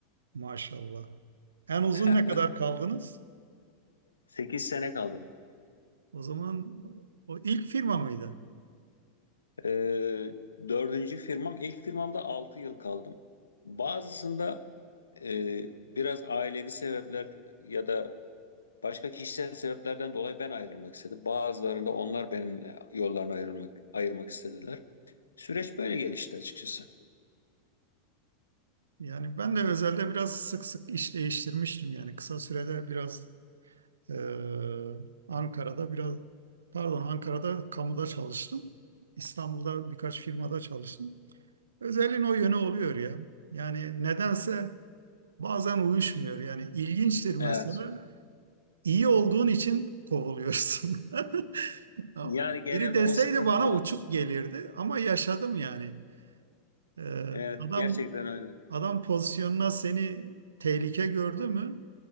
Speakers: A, on the right; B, on the left.
A: Maşallah. En uzun
B: <laughs>
A: ne kadar kaldınız?
B: 8 sene kaldım.
A: O zaman o ilk firma mıydı?
B: Ee, dördüncü firmam. ilk firmamda 6 yıl kaldım. Bazısında e, biraz ailevi sebepler ya da başka kişisel sebeplerden dolayı ben ayrılmak istedim. Bazılarında onlar benimle yollarını ayrılmak, ayırmak istediler. Süreç böyle gelişti açıkçası.
A: Yani ben de özelde biraz sık sık iş değiştirmiştim. Yani kısa sürede biraz eee, Ankara'da biraz pardon Ankara'da kamuda çalıştım. İstanbul'da birkaç firmada çalıştım. Özelliğin o yönü oluyor ya. Yani nedense Bazen uyuşmuyor yani ilginçtir mesela
B: Evet.
A: iyi olduğun için kovuluyorsun. <laughs> Ya
B: Yani genelde
A: Biri deseydi
B: o sıkıntı
A: bana
B: var.
A: uçuk gelirdi ama yaşadım yani. Ee,
B: Evet,
A: adam
B: gerçekten öyle.
A: adam pozisyonuna seni tehlike gördü mü